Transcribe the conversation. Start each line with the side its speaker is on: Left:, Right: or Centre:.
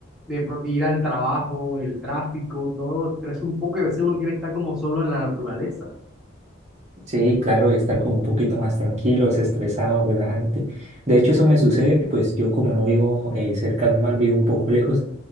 Centre: de pro- ir al trabajo, el tráfico, todo estresa un poco y a veces uno quiere estar como solo en la naturaleza.
Right: Sí, claro, y estar como un poquito más tranquilo, desestresado, relajante. De hecho, eso me sucede, pues yo como no vivo eh, cerca al mar, vivo un poco lejos,